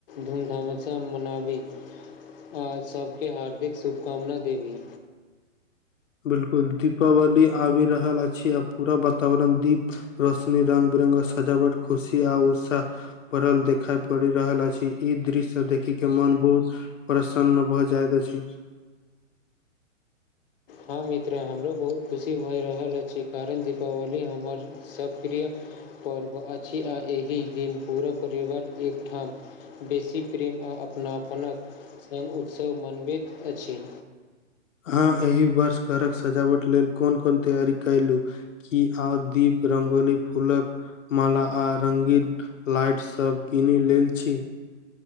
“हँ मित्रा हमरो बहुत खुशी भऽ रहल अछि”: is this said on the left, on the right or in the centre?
Left